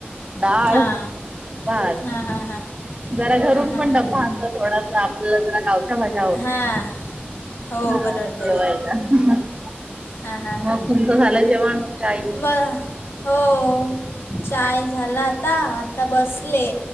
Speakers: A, on the right; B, on the left.
A: डाळ.
B: हां
A: भात,
B: हां हां हां
A: जरा घरून
B: हां हां
A: पण डब्बा
B: हां
A: आणतो थोडास आपल्याला जरा गाव च्या भाज्या,
B: हां हां हो
A: हा
B: बरोबर बरोबर
A: जेवायला. मग
B: हां हां हां
A: तुमच झालं जेवण? <unintelligible>
B: म हो, चाय झाला आता, आता बसले.